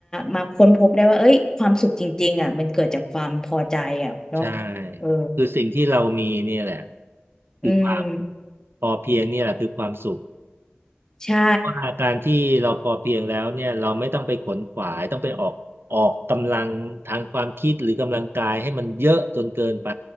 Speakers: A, on the left; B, on the right.
A: มาค้นพบได้ว่าเอ้ยความสุขจริงๆอ่ะมันเกิดจากความพอใจอ่ะเนาะ
B: ใช่
A: เออ
B: คือสิ่งที่เรามีเนี่ยแหละคือความ
A: อืม
B: พอเพียงเนี่ยแหละคือความสุข
A: ใช่
B: เพราะว่าการที่เราพอเพียงแล้วเนี่ยเราไม่ต้องไปขนขวายต้องไปออกออกกำลังทางความคิดหรือกำลังกายให้มันเยอะจนเกินไป